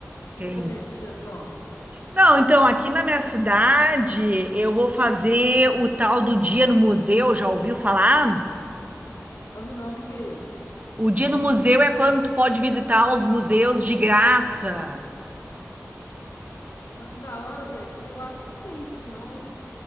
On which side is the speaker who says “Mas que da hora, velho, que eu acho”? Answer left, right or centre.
Left